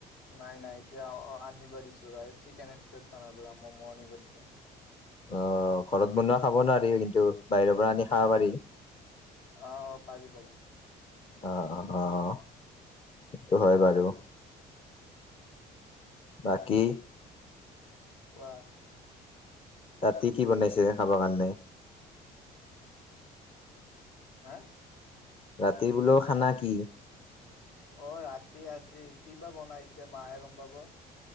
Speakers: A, on the left (about 70°); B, on the left (about 35°).
A: নাই নাই, এতিয়া আনিব দিছো চিকেন এক্সপ্ৰেছ খনৰ পৰা ম'ম' আনিব দিছো।
B: অঁ' ঘৰত বনোৱা খাব নোৱাৰিবা কিন্তু বাহিৰৰ পৰা আনি খাব পাৰি?
A: অঁ' পাৰি পাৰি।
B: অঁ' অঁ' সেইটো হয় বাৰু। বাকী?
A: কোৱা?
B: ৰাতি কি বনাইছে খাবৰ কাৰণে?
A: হা?
B: ৰাতি বোলো খানা কি?
A: অঁ' ৰাতি আজি কি বা বনাই এতিয়া মাহে গম পাব।